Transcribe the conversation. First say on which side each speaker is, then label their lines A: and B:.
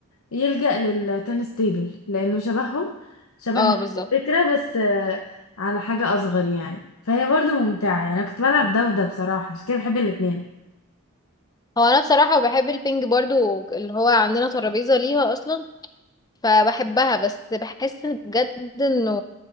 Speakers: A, on the left; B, on the left.
A: يلجأ للتنس تيبل لانه شبههم شبه
B: اه
A: الفكره
B: بالظبط
A: بس آه، على حاجه اصغر يعني فهي برضو ممتعه يعني انا كنت بلعب ده وده بصراحه عشان كده بحب الاتنين
B: هو انا بصراحة بحب البينج برضو اللي هو عندنا ترابيزة ليها اصلا فبحبها بس بحس إن بجد انه